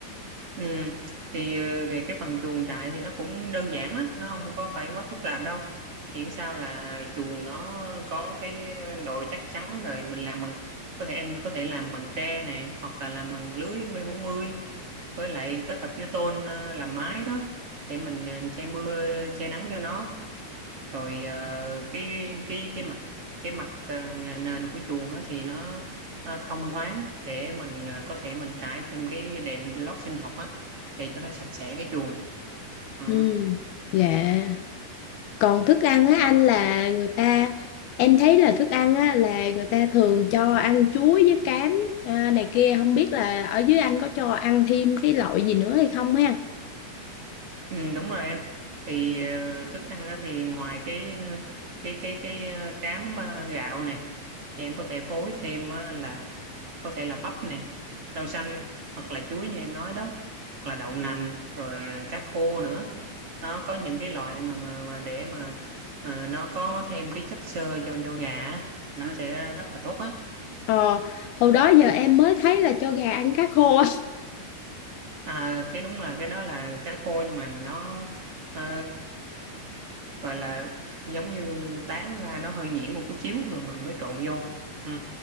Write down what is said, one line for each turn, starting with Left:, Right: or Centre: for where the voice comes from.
Right: Ừ, thì ờ, về cái phần chuồng trại thì nó cũng đơn giản á, nó không có phải quá phức tạp đâu. Miễn sao là chuồng nó có cái độ chắc chắn rồi mình làm bằng có thể em có thể làm bằng tre nè hoặc là làm bằng lưới b mươi với lại kết hợp với tôn ờ, làm mái đó để mình ờ, che mưa che nắng cho nó rồi ờ, cái cái cái mặt cái mặt ờ, nhà nền của chuồng đó thì nó ờ, thông thoáng để mình ờ, có thể mình trải thêm cái đệm lót sinh học á để cho nó sạch sẽ cái chuồng ừ.
Left: Ừ, dạ.
Right: chứ-
Left: còn thức ăn á
Right: có-
Left: anh là người ta em thấy là thức ăn á là người ta thường cho ăn chuối với cám à, này kia không biết là ở dưới anh có cho ăn thêm cái loại gì nữa hay không ha
Right: ừ, đúng rồi em thì ờ, thức ăn á, thì ngoài cái ờ, cái cái cái ờ, cám ờ, gạo này thì em có thể phối thêm á, là có thể là bắp nè rau xanh hoặc là chuối như em nói đó hoặc là đậu nành rồi à, cá khô nữa nó có những cái loại mà mà, mà để mà à, nó có thêm cái chất xơ cho cho gà á, nó sẽ rất là tốt á
Left: ờ hồi đó giờ em mới thấy là cho gà ăn cá khô á.
Right: à cái đúng là cái đó là cá khô nhưng mà nó ờ, gọi là giống như tán ra nó hơi nhuyễn một chút xíu rồi mình mới trộn vô ừ.